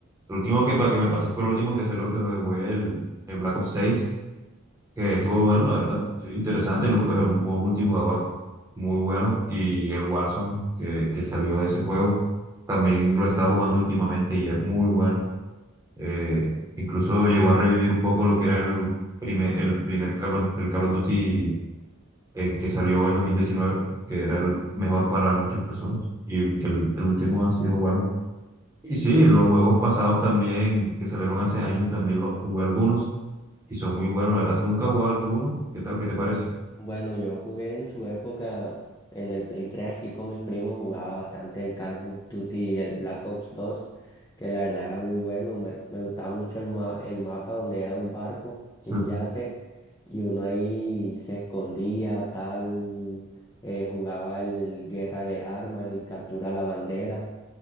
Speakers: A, on the right; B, on the left.
A: El último que, pa- que me pasé fue el último que salió, que fue el, el Black Ops 6, que estuvo bueno, la verdad. Sí, Interesante, el, el modo multijugador muy bueno. Y el Warzone, que, que salió de ese juego, también lo he estado jugando últimamente y es muy bueno. Eh, incluso llegó a revivir un poco lo que era el primer, el primer Call of, el Call of Duty eh, que salió en 2019, que era el mejor para muchas personas. Y el el último ha sido bueno. Y sí, los juegos pasados también, que salieron hace años, también los jugué algunos y son muy buenos. La verdad, tú nunca has jugado alguno. ¿Qué tal? ¿Qué te
B: Bue-
A: parece?
B: Bueno, yo jugué en su época en el Play 3 así con mis primos, jugaba bastante el Call of Duty y el Black Ops dos que la verdad era muy bueno, me, me gustaba mucho el, ma- el mapa donde era un barco,
A: <laughs>
B: un yate, y uno ahí se escondía, tal, eh, jugaba el Guerra de Armas, el Captura la Bandera,